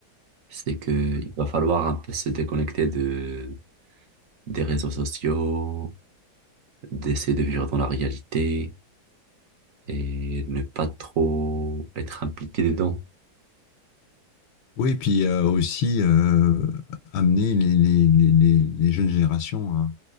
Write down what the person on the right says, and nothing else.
C'est que
il va falloir un peu se déconnecter de, des réseaux sociaux, d'essayer de vivre dans la réalité et ne pas trop être impliqué dedans.